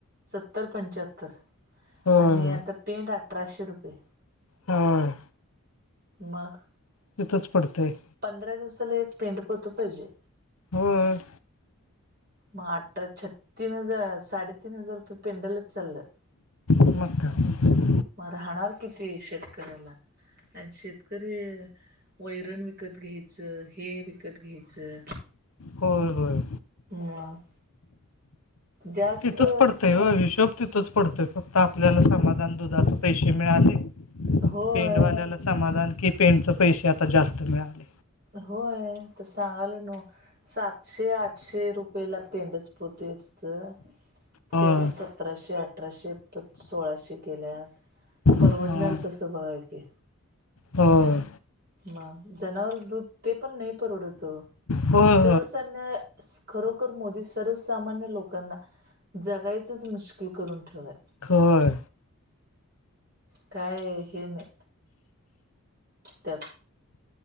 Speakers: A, on the right (about 45°); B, on the left (about 80°).
A: सत्तर पंचाहत्तर.
B: होय
A: आणि
B: होय
A: आता पेंट अठराशे रुपये.
B: होय.
A: मग
B: तिथच पडतय.
A: पंधरा दिवसाला एक पेंड पोत पाहिजे.
B: होय.
A: म आत्रा छत्तीन हजार साडेतीन हजार रुपये पेंडलच चालल्यात.
B: मग काय.
A: मग राहणार किती शेतकऱ्याला. आणि शेतकरी वैरण विकत घ्यायचं हे विकत घ्यायचं.
B: होय होय.
A: मग. जास्त
B: तिथंच पडतंय व हिशोब तिथंच पडतोय फक्त आपल्याला समाधान दुधाचे पैसे मिळाले.
A: होय
B: पेंडवाल्याला समाधान कि पेंटचे पैसे आता जास्त मिळाले.
A: होय तर सांगालय नव्ह. सातशे आठशे रुपयेला पेंडच पोत येत होत.
B: होय
A: ते आता सतराशे अठराशे सोळाशे केल्या परवडणार
B: हा.
A: कस. बघा की
B: होय
A: मग जनावर तूप ते पण नाही परवडतो
B: होय
A: सर्वसान्या खरोखर मोदी सर्वसामान्य लोकांना जगायचंच मुश्किल करून ठेवलाय.
B: होय.
A: काय हे नाही. त्यात